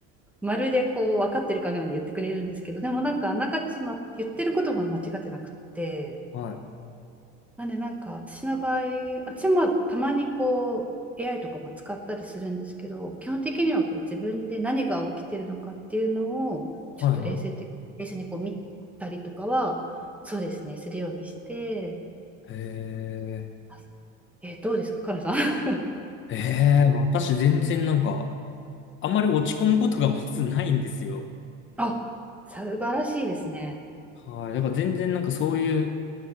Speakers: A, in the centre; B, on the left (about 40°).
A: まるでこう分かってるかのように言ってくれるんですけどでもなんかあながち、ま、言ってることが間違ってなくって
B: はい、
A: なんでなんか私の場合、私もたまにこう AI とかも使ったりするんですけど、基本的にはこう自分で何が起きてるのかっていうのをちょっと冷静的、
B: はい、はい。
A: 冷静にこう見たりとかは、そうですね、するようにして、
B: へえ、
A: あえーどうですか、かなさん。<laughs>
B: ええ、私全然なんか、あんまり落ち込むことがまずないんですよ。
A: あ、素晴らしいですね。
B: はい。だから全然なんかそういう